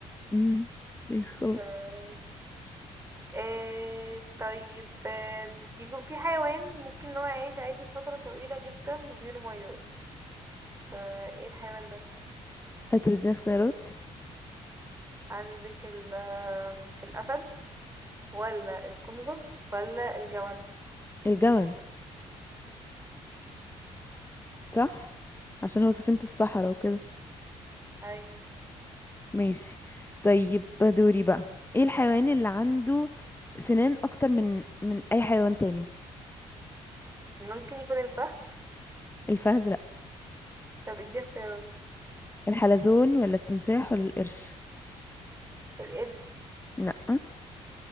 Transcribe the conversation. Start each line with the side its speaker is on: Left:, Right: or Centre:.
Left: مم. ماشي خلاص
Right: ف- آه طيب آه بيكون في حيوان ممكن ان هو يعيش عادي فترة طويلة جدا من غير مية فايه الحيوان ده؟
Left: انت بتديني اختيارات
Right: عندك ال آه، الأسد ولا الكنغر ولا الجمل؟
Left: الجمل صح عشان هو سفينة الصحراء وكده
Right: أيوة
Left: ماشي طيب دوري بقى ايه الحيوان اللي عنده سنان اكتر من من اي حيوان تاني
Right: ممكن يكون الفهد
Left: الفهد لا
Right: طب ادي اختيارات
Left: الحلزون ولا التمساح ولا القرش
Right: القرش
Left: لا